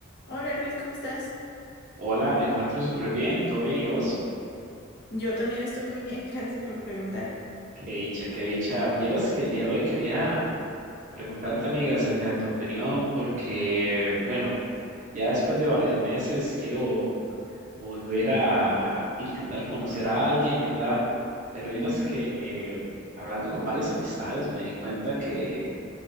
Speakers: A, on the left; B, on the right.
A: Hola Luis, ¿cómo estás?
B: Hola, me encuentro súper bien, todo bien, ¿y vos?
A: Yo también estoy muy bien, <laughs> gracias por preguntar.
B: Qué dicha, qué dicha. Vieras que el día de hoy quería preguntarte, amiga, acerca de tu opinión, porque, bueno, ya después de varios meses quiero volver a intentar conocer a alguien, ¿verdad? Pero vieras
A: Ujú,
B: que eh, hablando con varias amistades me di cuenta que,